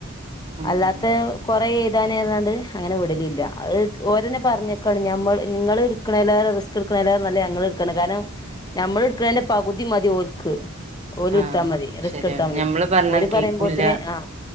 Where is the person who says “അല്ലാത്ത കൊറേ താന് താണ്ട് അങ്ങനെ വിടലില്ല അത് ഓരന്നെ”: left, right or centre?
Left